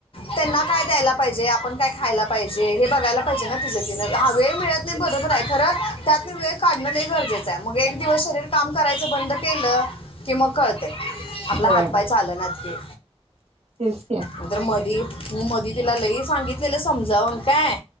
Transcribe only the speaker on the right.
होय
तेच की